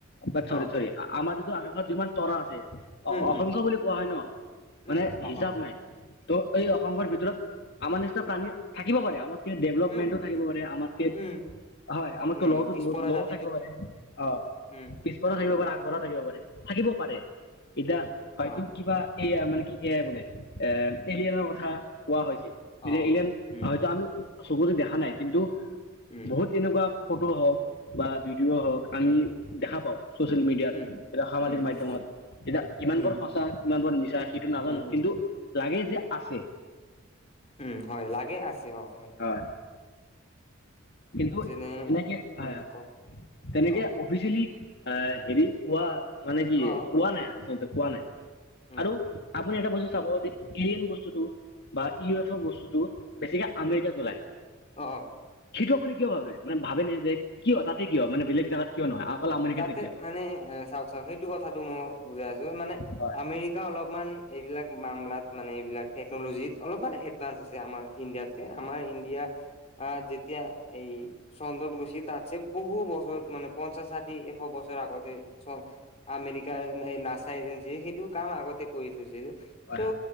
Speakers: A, on the left (about 55°); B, on the left (about 30°).
A: বাট চৰি-চৰি
B: অ'
A: আমাৰ যিটো আকাশত যিমান তৰা আছে
B: উম,
A: অসংখ্য
B: উম।
A: বুলি কোৱা হয় ন'
B: উম,
A: মানে
B: অসংখ্য
A: হিচাপ নাই ত' এই অসংখ্যৰ ভিতৰত আমাৰ নিচিনা প্ৰাণী থাকিব পাৰে। আমাৰ ডেভেলপমেন্টটো
B: উম,
A: থাকিব পাৰে আমাতকে
B: উম,
A: হয়, আমাৰ
B: উম,
A: লগটো
B: পিছপৰা
A: লগটো
B: জাতিটোক
A: থাকিব পাৰে অ'
B: উম,
A: কি থাকিব পাৰে, আগবঢ়া থাকিব পাৰে, থাকিব পাৰে, এতিয়া
B: উম,
A: হয়তো,
B: অ',
A: কিবা এইয়া মানে কি এয়াই বোলে, এ এলিয়েনৰ কথা কোৱা হৈছে,
B: অ',
A: এলিয়েন
B: উম,
A: হয়তো আমি চকুতো দেখা নাই কিন্তু
B: উম,
A: বহুত তেনেকুৱা ফটো হওঁক বা ভিডিঅ' হওঁক আমি দেখা পাওঁ। চচিয়েল মিডিয়াত,
B: উম।
A: এতিয়া সামাজিক
B: উম,
A: মাধ্যমত,
B: হয়,
A: এতিয়া কিমান
B: উম,
A: বোৰ সঁচা, কিমান বোৰ মিছা নাজানো,
B: উম, উম,
A: কিন্তু লাগে যে আছে।
B: উম, হয় লাগে আছে, অঁ হয়।
A: হয়। কিন্তু,
B: যেনে
A: এনেকে হয়
B: উম,
A: হয়,
B: কওক,
A: তেনেকে
B: কওক, কওক,
A: অফিচিয়েলি অ, হেৰি পোৱা মানে কি
B: অ',
A: কোৱা নাই, আচলতে
B: উম,
A: কোৱা নাই।
B: উম,
A: আৰু আপুনি এটা বস্তু চাব, যে এলিয়েন বস্তুটো বা ইউ এফৰ বস্তুটো বেছিকে আমেৰিকাত ওলাই।
B: অঁ।
A: সেইটো আপুনি কিয় ভাবে, মানে ভাবেনে যে, কিয়, তাতে কিয়? মানে বেলেগ জেগাত কিয় নহয় অকল আমেৰিকাতে
B: তাতে
A: কিয়
B: মানে চাওঁক তাকে সেইটো কথাটো মই বুজাই আছো, মানে
A: হয়
B: আমেৰিকা অলপমান এইবিলাক মামলাত, মানে এইবিলাক টেকনলজিত, অলপমান এডভানঞ্চ আছে আমাৰ ইণ্ডিয়াতকে, আমাৰ ইণ্ডিয়া আ, যেতিয়া, এই চন্দ্ৰত গৈছে, তাতছে বহুত বছৰ মানে পঞ্চাছ, ষাঠি, এশ বছৰ আগতে চ আমেৰিকাৰ নাচা এজেঞ্চি সেইটো কাম আগতে কৰি থৈছে যে
A: হয়
B: ত,